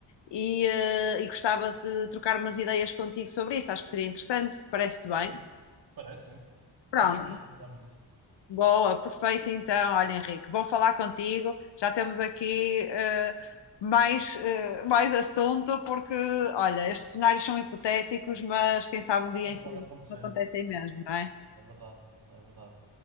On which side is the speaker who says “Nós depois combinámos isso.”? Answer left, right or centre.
Right